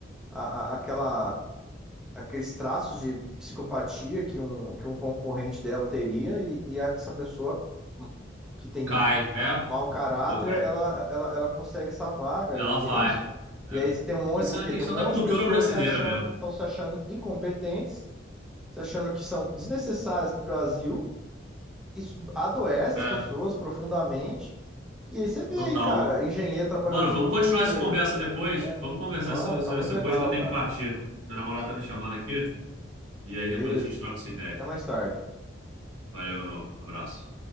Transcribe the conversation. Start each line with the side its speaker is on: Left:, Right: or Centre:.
Centre: a, a- aquela, aqueles traços de psicopatia que um, que um concorrente dela teria e, e a- essa pessoa hum, que tem
Right: Cai, é,
Centre: mau caráter,
Right: pô, é,
Centre: ela, ela, ela consegue essa vaga
Right: ela
Centre: e
Right: vai.
Centre: é isso.
Right: É,
Centre: E aí você tem um monte,
Right: isso
Centre: o
Right: é
Centre: quê?
Right: uma questão
Centre: Tem um monte
Right: da cultura
Centre: de pessoas
Right: brasileira
Centre: se achando,
Right: mesmo.
Centre: estão se achando incompetentes você achando que são desnecessárias para o Brasil, isso adoece
Right: É,
Centre: as pessoas profundamente. E aí você vê
Right: total.
Centre: aí, cara, engenheiro trabalhando
Right: Mano,
Centre: de
Right: vamos
Centre: Uber,
Right: continuar essa conversa depois.
Centre: né?
Right: Vamos conversar
Centre: Vamos,
Right: isso isso-
Centre: tá muito
Right: isso
Centre: legal,
Right: depois que eu tenho
Centre: cara.
Right: que partir. Meu namorado tá me chamando aqui. E aí
Centre: Beleza.
Right: depois a gente troca essa ideia.
Centre: Até mais tarde.
Right: Valeu, meu. Abraço.